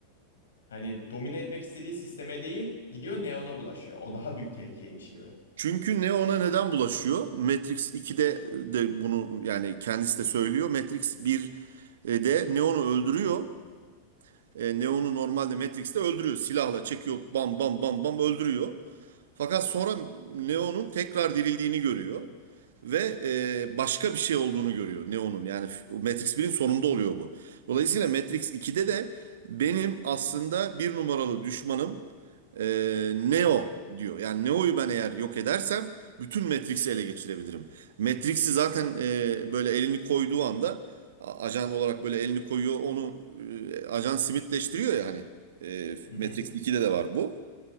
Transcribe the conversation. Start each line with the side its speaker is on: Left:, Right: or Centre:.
Left: Hani domine etmek istediği sisteme değil, gidiyor Neo'na bulaşıyor. O daha büyük tehlikeymiş gibi.
Right: Çünkü ne ona neden bulaşıyor? Matrix 2'de de bunu yani kendisi de söylüyor. Matrix 1 de Neo'nu öldürüyor. E, Neo'nu normalde Matrix'te öldürüyor. Silahla çekiyor bam bam bam bam öldürüyor. Fakat sonra Neo'nun tekrar dirildiğini görüyor. Ve e, başka bir şey olduğunu görüyor Neo'nun. Yani f- Matrix 1'in sonunda oluyor bu. Dolayısıyla Matrix 2'de de benim aslında bir numaralı düşmanım e, Neo diyor. Yani Neo'yu ben eğer yok edersem bütün Matrix'i ele geçirebilirim. Matrix'i zaten e, böyle elini koyduğu anda a- ajan olarak böyle elini koyuyor onu e, ajan simitleştiriyor ya hani. E,
Left: Hı hı.
Right: Matrix 2'de de var bu.